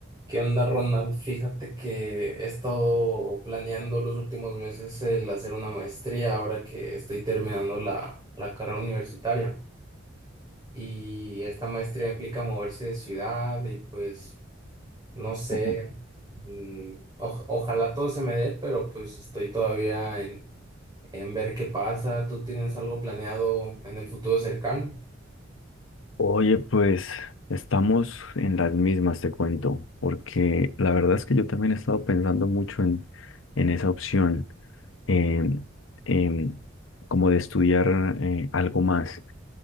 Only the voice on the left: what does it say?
Ok.
Oye, pues estamos en las mismas, te cuento, porque la verdad es que yo también he estado pensando mucho en, en esa opción, en- en como de estudiar eh, algo más.